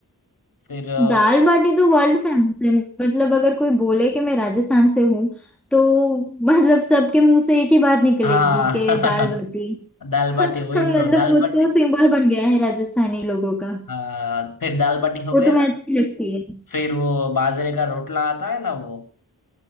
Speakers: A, on the left; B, in the centre.
A: फिर अ,
B: दाल बाटी तो वर्ल्ड फेमस है मतलब अगर कोई बोले कि मैं राजस्थान से हूँ तो मतलब सबके मुंह से एक ही बात निकलेगी
A: हाँ
B: कि दाल बाटी
A: <laughs> दाल बाटी
B: <laughs> मतलब
A: वही तो दाल
B: वो
A: बाटी
B: तो सिंबल बन गया है राजस्थानी लोगों का
A: अ, फिर दाल बाटी हो
B: वो
A: गया
B: तुम्हें अच्छी लगती है
A: फिर वो बाजरे का रोटला आता है ना वो